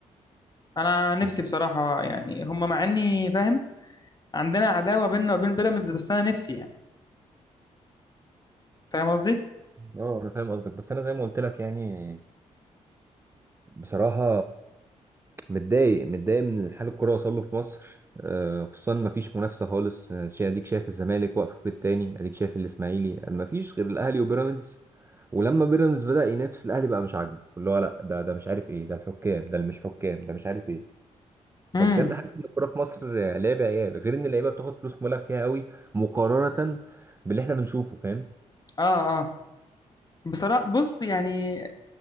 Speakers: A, on the left; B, on the right.
A: انا نفسي
B: عامة
A: بصراحة يعني هم مع اني فاهم عندنا عداوة بيننا وبين بيراميدز بس انا نفسي يعني فاهم قصدي
B: اه انا فاهم قصدك بس انا زي ما قلت لك يعني بصراحة متضايق متضايق من حال الكرة وصل له في مصر آه، خصوصا ما فيش منافسة خالص آه، شا- اديك شايف الزمالك واقف في قيد تاني اديك شايف الاسماعيلي ما فيش غير الاهلي وبيراميدز ولما بيراميدز بدأ ينافس الاهلي بقى مش عاجبه اللي هو لا ده ده مش عارف ايه ده الحكام ده اللي مش حكام ده مش عارف ايه
A: امم
B: فبجد حاسس ان الكوره في مصر آه، لعب عيال غير ان اللعيبه بتاخد فلوس مبالغ فيها قوي مقارنه باللي احنا بنشوفه فاهم
A: اه اه بصراحة بص يعني